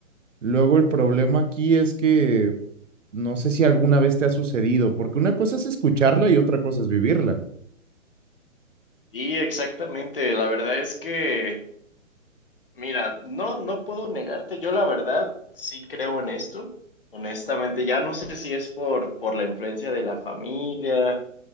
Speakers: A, on the right; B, on the left.
A: luego el problema aquí es que no sé si alguna vez te ha sucedido, porque una cosa es escucharla y otra cosa es vivirla.
B: Y exactamente, la verdad es que Mira, no, no puedo negarte, yo la verdad sí creo en esto, honestamente, ya no sé si es por, por la influencia de la familia,